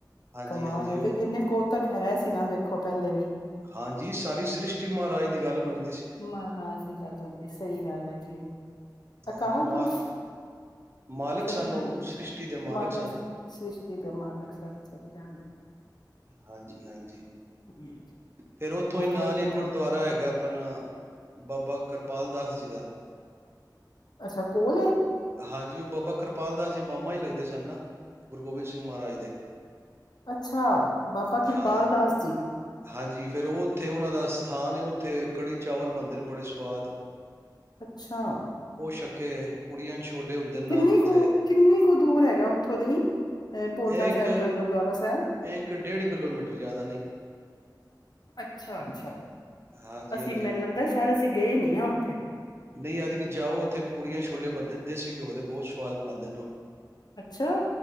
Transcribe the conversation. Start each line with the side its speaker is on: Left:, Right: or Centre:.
Right: ਹਾਂਜੀ-ਹਾਂਜੀ
Left: ਕਮਾਲ ਐ
Right: ਉਹ
Left: ਪਈ ਕਿਨੇ ਕੋਲ ਉ ਤੱਕ ਹੈ ਸੀ ਨਾ ਵੇਖੋ ਪਹਿਲੇ ਵੀ
Right: ਹਾਂਜੀ ਸਾਰੀ ਸ੍ਰਿਸ਼ਟੀ ਮਹਾਰਾਜ ਦੀ ਗੱਲ ਮਣਦੀ
Left: ਮਹਾਰਾਜ ਦੀ ਗੱਲ ਕਰਦੀ ਸਹੀ ਗੱਲ ਹੈਗੀ ਆ ਅਕਾਲ
Right: ਹਾਂਜੀ ਮਾ
Left: ਪੁਰਖ,
Right: ਮਾਲਕ
Left: ਸਹੀ
Right: ਸਨ
Left: ਗੱਲ
Right: ਉਹ
Left: ਹੈ,
Right: ਸ੍ਰਿਸ਼ਟੀ ਦੇ
Left: ਮਾਲਕ
Right: ਸਨ
Left: ਸ੍ਰਿਸ਼ਟੀ ਦਾ ਮਾਲਕ ਸ ਇਹਨੂ ਜਾਣਦੇ
Right: ਹਾਂਜੀ ਹਾਂਜੀ
Left: ਏ,
Right: ਫੇਰ ਉੱਥੋਂ
Left: ਬਹੁਤ
Right: ਹੀ ਨਾਲ
Left: ਵਧੀਆ
Right: ਹੀ
Left: ਤੁਹਾਡਾ
Right: ਗੁਰਦੁਆਰਾ ਹੈਗਾ, ਉਪਰ ਆਪਣਾ ਬਾਬਾ ਕਰਪਾਲ ਦਾਸ ਜੀ ਦਾ।
Left: ਅੱਛਾ ਕੋਲ ਏ।
Right: ਹਾਂਜੀ। ਉਹ ਬਾਬਾ ਕਿਰਪਾਲ ਦਾਸ ਜੀ ਮਾਮਾ ਹੀ ਲੱਗਦੇ ਸਨ ਨਾ, ਗੁਰੂ ਗੋਬਿੰਦ ਸਿੰਘ ਮਹਾਰਾਜ ਦੇ। <inaudible>
Left: ਅੱਛਾ ਬਾਬਾ ਕਿਰਪਾਲ
Right: ਹਾਂ।
Left: ਦਾਸ ਜੀ
Right: ਹਾਂਜੀ। ਫੇਰ ਉੱਥੇ ਉਹਨਾਂ ਦਾ ਥਾਂ ਨੇ ਉੱਥੇ ਕੜ੍ਹੀ ਚਾਵਲ ਬਣਦੇ ਨੇ ਬੜੇ ਸੁਆਦ।
Left: ਅੱਛਾ।
Right: ਛਕੇ ਐ ਪੁੜੀਆਂ ਛੋਲੇ ਹੁੰਦੇ ਨੇ ਨਾਲ
Left: ਕਿੰਨੀ
Right: ਉੱਥੇ
Left: ਕੁ ਕਿੰਨੀ ਕੁ ਦੂਰ ਹੈਗਾ ਉੱਥੋਂ ਦੀ, ਏ ਪੋਂਟਾ
Right: ਇਹ ਇੱਕ
Left: ਸਾਹਿਬ ਤੋਂ ਗੁਰਦੁਆਰਾ ਸਾਹਿਬ।
Right: ਇੱਕ ਡੇਢ ਕਿਲੋਮੀਟਰ ਜ਼ਿਆਦਾ ਨੀ,
Left: ਅੱਛਾ ਅੱਛਾ
Right: ਹਾਂਜੀ
Left: ਅਸੀਂ
Right: ਹਾਂਜੀ।
Left: ਮੈਨੂੰ ਲੱਗਦਾ ਸ਼ਾਇਦ ਅਸੀਂ ਗਏ ਨੀ ਆ ਉੱਥੇ।
Right: ਨਹੀਂ ਐਤਕੀ ਜਾਓ ਉਥੇ ਪੂੜੀਆਂ ਛੋਲੇ ਬਣਦੇ ਨੇ ਦੇਸੀ ਘਿਓ ਦੇ ਬਹੁਤ ਸਵਾਦ ਬਣਾਉਂਦੇ ਨੇ ਉਹ।
Left: ਅੱਛਾ